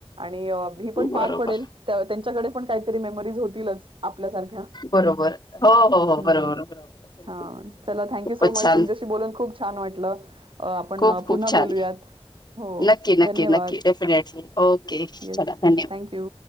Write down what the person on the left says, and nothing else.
बरोबर
बरोबर हो हो हो
बरोबर बरोबर बिलकुल
बिलकुल
खूपच
छान
खूप खूप
छान
नक्की नक्की
नक्की डेफिनेटली ओके
चला धन्यवाद.